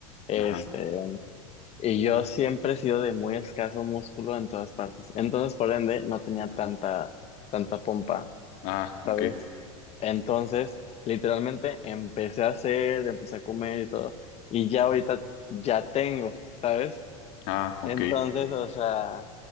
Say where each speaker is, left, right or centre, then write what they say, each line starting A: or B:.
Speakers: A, on the left; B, on the left.
A: Este,
B: Ajá,
A: y yo siempre he sido de muy escaso músculo en todas partes. Entonces, por ende, no tenía tanta,
B: ajá.
A: tanta pompa.
B: Ah, ok.
A: ¿sabes? Entonces, literalmente empecé a hacer, empecé a comer y todo, y ya ahorita ya tengo, ¿sabes?
B: Ah, ok.
A: Entonces, o sea,